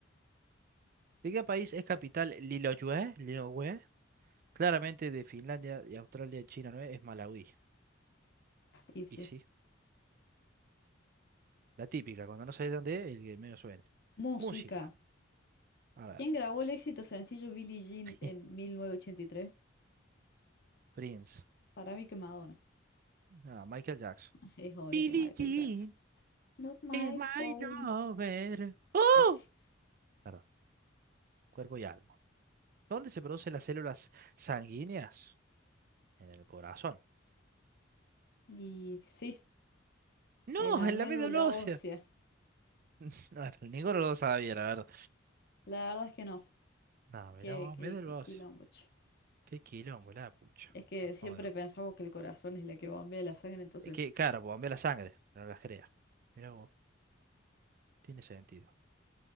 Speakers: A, on the right; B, on the left.
A: ¿De qué país es capital Lilongwe? Lilongwe. Claramente de Finlandia y Australia, China no es, es Malawi.
B: Dice,
A: Y sí, la típica, cuando no sabes dónde es, el que menos suene.
B: música.
A: Música, a ver.
B: ¿Quién grabó el éxito sencillo Billie Jean
A: <laughs>
B: en 1983?
A: Prince,
B: Para mí que Madonna.
A: Ah, Michael Jackson.
B: <laughs> Es obvio
A: Billie
B: que Michael
A: Jean
B: Jackson. Not my
A: is my
B: phone.
A: lover. ¡Oh!
B: Casi.
A: Perdón, cuerpo y alma. ¿Dónde se producen las células sanguíneas? En el corazón.
B: Y sí,
A: No,
B: en la
A: en
B: médula
A: la médula ósea.
B: ósea.
A: <laughs> No, ninguno lo sabía, la verdad.
B: La verdad es que no.
A: No, mirá
B: Que,
A: vos,
B: que,
A: médula
B: que quilombo,
A: ósea.
B: che.
A: Qué quilombo, la pucha.
B: Es que
A: Bueno,
B: siempre
A: vamos de nuevo.
B: pensamos que el corazón es la que bombea la sangre, entonces,
A: Es que, claro, pues, bombea la sangre, no las crea. Mirá vos, tiene sentido.